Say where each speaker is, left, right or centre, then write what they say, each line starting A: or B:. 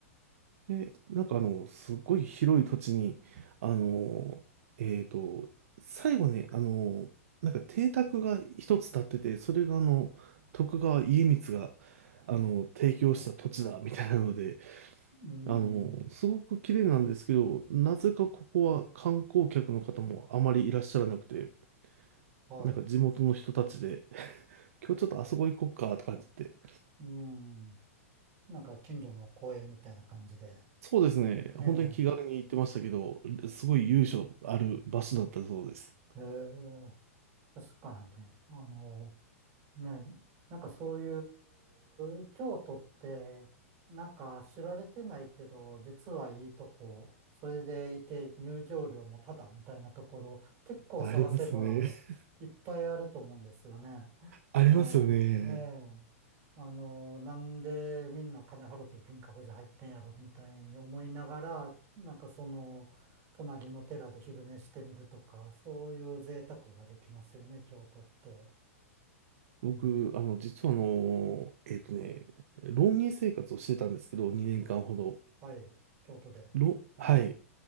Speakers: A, on the right; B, on the right.
A: で、なんかあの、すっごい広い土地に、あの、えっと、最後ね、あの、なんか邸宅が一つ建ってて、それがあの、徳川家光が、あの、提供した土地だ、
B: うん、
A: みたいなので、
B: うん
A: あの、すごく綺麗なんですけど、なぜかここは観光客の方もあまりいらっしゃらなくて、
B: はい。
A: なんか地元の人たちで、<laughs> 今日ちょっとあそこ行こっか、とかって言って、
B: うん。なんか近所の公園みたいな感じで。
A: そうですね、
B: ね
A: 本当に気軽に行ってましたけど、すごい由緒ある場所だったそうです。
B: え。えー確かに、あの、ね、なんかそういう、京都って、なんか知られてないけど、実はいいとこ、それでいて入場料もタダみたいなところ、結構探せばいっぱいあると思うんですよね。
A: ありますね。<laughs> ありますよね。
B: ええ、ええ。あの、なんでみんな金払って銀閣寺入ってんやろみたいに思いながら、なんかその、隣の寺で昼寝してみるとか、そういう贅沢ができますよね、京都って。ね
A: 僕、あの、実はあの、えっとね、浪人生活をしてたんですけど、2年間ほど。
B: はい、京都で。
A: ろ、
B: はい。
A: はい。